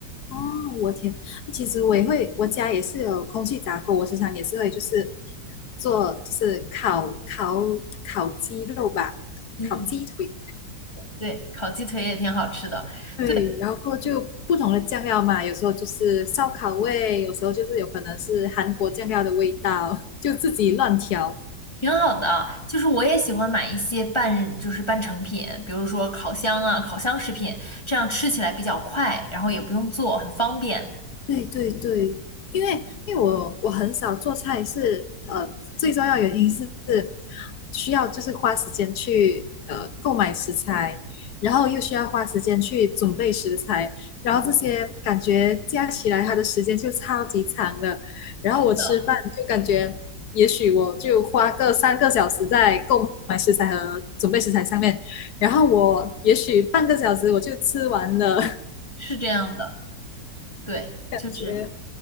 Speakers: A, on the left; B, on the left.
A: 哦，我天，其实我也会，我家也是有空气炸锅，我时常也是会就是做就是烤烤烤鸡肉吧，
B: 嗯。
A: 烤鸡腿，
B: 对，烤鸡腿也挺好吃的，
A: 对，
B: 对，
A: 然后就不同的酱料嘛，有时候就是烧烤味，有时候就是有可能是韩国酱料的味道，就自己乱调。
B: 挺好的啊。就是我也喜欢买一些半，就是半成品，比如说烤箱啊、烤箱食品，这样吃起来比较快，然后也不用做，很方便。
A: 对对对，因为因为我我很少做菜是，呃最重要原因是是需要就是花时间去呃购买食材，然后又需要花时间去准备食材，然后这些感觉加起来它的时间就超级长了，然后我吃饭就感觉也许我就花个三个小时在购买食材和准备食材上面，
B: 是的，
A: 然后我也许半个小时我就吃完了，
B: 是这样的，对，
A: <laughs> 感觉。
B: 就是